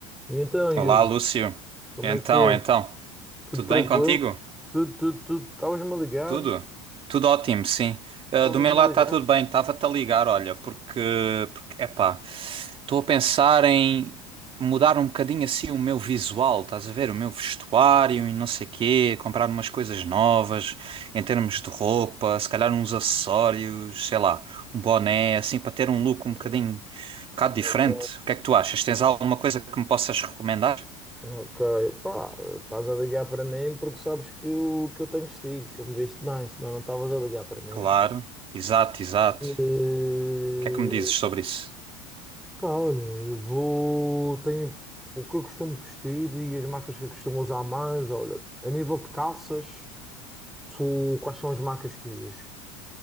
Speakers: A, in the centre; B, on the right (about 35°).
A: E então, Yuri,
B: Olá, Lúcio.
A: como
B: Então,
A: é que é?
B: então,
A: Tudo
B: tudo
A: tranquilo?
B: bem contigo?
A: Tudo, tudo, tudo. Estavas-me a ligar?
B: Tudo? Tudo ótimo, sim. Ah,
A: Estavas-me
B: do meu lado
A: a ligar?
B: está tudo bem. Estava-te a ligar, olha, porque, porque epá, estou a pensar em mudar um bocadinho assim o meu visual, estás a ver? O meu vestuário e não sei quê, comprar umas coisas novas em termos de roupa, se calhar uns acessórios, sei lá, um boné, assim, para ter um look um bocadinho,
A: Hum,
B: um bocado
A: ok,
B: diferente. O que é que tu achas? Tens alguma coisa que me possas recomendar?
A: ok. Pá, estás a ligar para mim porque sabes que eu, que eu tenho castigo, que eu me viste bem, senão não estavas a ligar para mim.
B: Claro, exato, exato.
A: Eh,
B: O que é que me dizes sobre isso?
A: pá, olha, vou. Tenho o que eu costumo vestir e as marcas que eu costumo usar mais. Olha, a nível de calças, tu, quais são as marcas que usas?